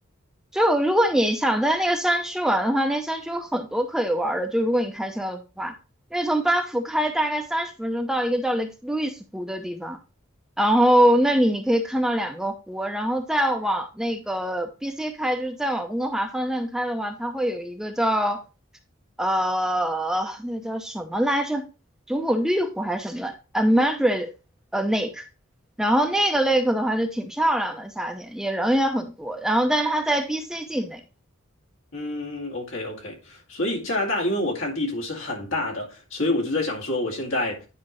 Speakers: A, in the centre; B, on the left.
A: 就如果你想在那个山区玩的话，那山区有很多可以玩的。就如果你开车的话，因为从班夫开大概三十分钟到一个叫雷 a k e l o 湖的地方，然后那里你可以看到两个湖，然后再往那个 BC 开，就是再往温哥华方向开的话，它会有一个叫呃，那个叫什么来着？祖母绿湖还是什么来呃 Madrid 呃 Lake，然后那个 lake 的话就挺漂亮的，夏天也人也很多。然后，但是它在 BC 境内，
B: 嗯，OK OK，所以加拿大，因为我看地图是很大的，所以我就在想说，我现在